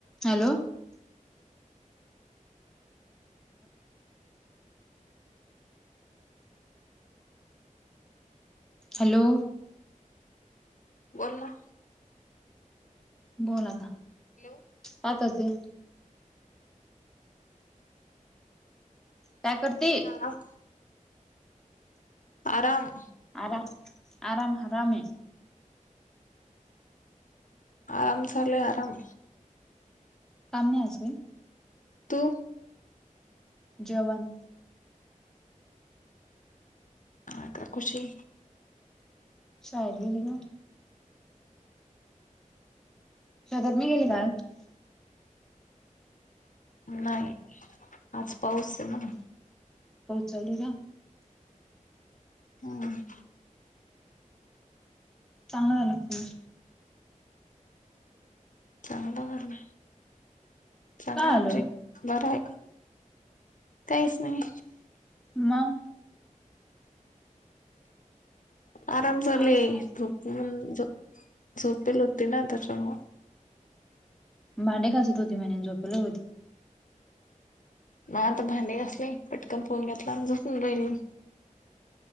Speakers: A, in the centre; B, on the left.
A: hello hello
B: बोल ना
A: बला आता
B: हॅलो
A: कातते काय करतील
B: ह फराम
A: आरा आराम हराम य
B: आराम झाले आराम
A: कामने आजगे
B: तो
A: जेवण
B: ह का खुशी
A: शाळेत गेली ग शतात मी गेली का
B: नाही आज पाऊस ना
A: पाऊस चालुय का
B: हम
A: चांगलं झाला पाऊस
B: चांगला झाला चांगला
A: काय
B: म्हणजे
A: आलं
B: बरा आहे काहीच नाही
A: मग
B: आराम चालुय
A: आवाज कोणाचा
B: झोपून झोपेल होते ना त्याच्यामुळ
A: भांडे घासत होती म्हणे झोपलं होती
B: ना आता भांडे घासले पटकन फोन घेतला झोपुन राहिल